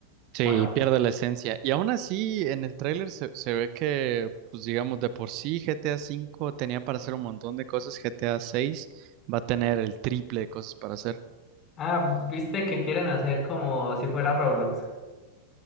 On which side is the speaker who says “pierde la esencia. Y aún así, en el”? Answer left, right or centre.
Right